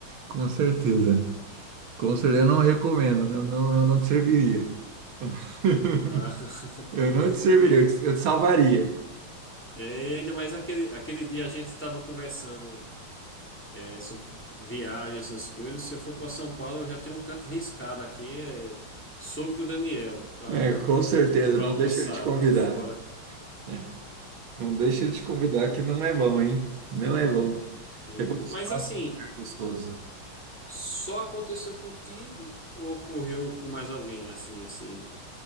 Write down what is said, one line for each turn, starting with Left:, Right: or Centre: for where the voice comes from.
Right: Com certeza. Com certeza, eu não recomendo, né? eu não, eu não te serviria. <laughs>
Centre: Ah,
Right: Eu não
Centre: <laughs>
Right: te serviria,
Centre: e, é-
Right: eu te, eu te salvaria.
Centre: é, e ainda mais aquele, aquele dia a gente estava conversando é, sobre viagem, essas coisas. Se eu for para São Paulo, eu já tenho um canto riscado aqui, é, sogro do Daniel, para
Right: É, é, com certeza,
Centre: para
Right: não
Centre: almoçar,
Right: deixa ele te convidar.
Centre: tô fora.
Right: É, não deixa ele te convidar, que não é bom, hein? Não é bom.
Centre: E-
Right: Depois eu
Centre: mas
Right: te passo
Centre: assim,
Right: um lugar gostoso.
Centre: só aconteceu contigo ou ocorreu com mais alguém assim esse?